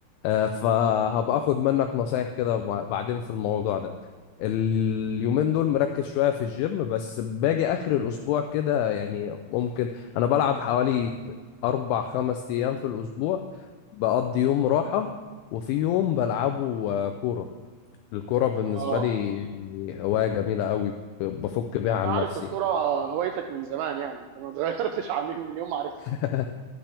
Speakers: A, on the left; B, on the right.
A: آه، فهبقى اخد منك نصايح كده بع- بعدين في الموضوع ده اليومين دول مركز شوية في الجيم بس باجي آخر الأسبوع كده يعني ممكن أنا بلعب حوالي أربع خمس أيام في الأسبوع بقضي يوم راحة وفي يوم بلعبه آه، كورة الكورة بالنسبة
B: اه
A: لي هواية جميلة قوي ب- بفك بيها
B: انا
A: عن
B: عارف
A: نفسي
B: الكرة هوايتك من زمان يعني انت ما اتغيرتش عن يوم من يوم ما عرفتها
A: <laughs>